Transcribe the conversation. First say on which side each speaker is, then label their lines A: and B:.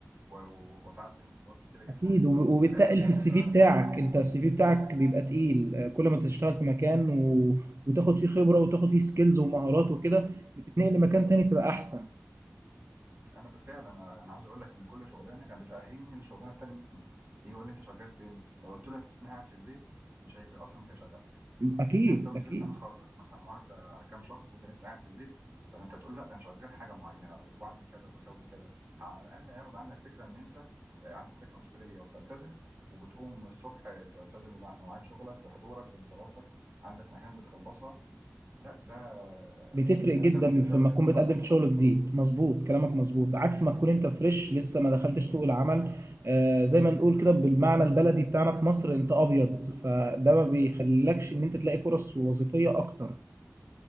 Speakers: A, on the right; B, on the right.
A: و... و- وأتعلم خبرات كتيرة جدا
B: اكيد وب- وبتتقل
A: في الآخر ده
B: في
A: كل
B: السي
A: ده
B: في بتاعك انت السي في بتاعك بيبقى تقيل آه، كل ما انت تشتغل في مكان و... وتاخد فيه خبرة وتاخد فيه سكيلز ومهارات وكده بتتنقل لمكان تاني تبقى احسن
A: أنا بالفعل أنا أنا عاوز أقول لك إن كل شغلانة كانت بتأهّلني للشغلانة التانية، ييجي يقول لي: "أنت شغّال فين؟" لو قُلت له: "أنا قاعد في البيت" مش هي أصلًا مش هيشغّلك،
B: اكيد
A: حتى وأنت
B: اكيد
A: لسّه متخرّج مثلًا وعدّى كام شهر وأنت لسّه قاعد في البيت، طَب أنت هتقول لأ ده أنا شغّال حاجة معيّنة وباعمل كذا وباسوّي كذا، على الأقل هياخد عنّك فكرة إن أنت آآ عندك مسؤولية وبتلتزم وبتقوم الصبح تلتزم بمع بمواعيد شغلك، بحضورك، بانصرافك، عندك مهام بتخلّصها، لأ ده
B: بتفرق
A: يعني
B: جدا
A: ده بالنسبة
B: في
A: له
B: لما
A: كده
B: تكون
A: أنت
B: بتقدم
A: شخص مسؤول.
B: في شغل جديد مظبوط كلامك مظبوط عكس ما تكون انت فريش لسه ما دخلتش سوق العمل آه زي ما نقول كده بالمعنى البلدي بتاعنا في مصر انت ابيض فده ما بيخليلكش ان انت تلاقي فرص وظيفية اكتر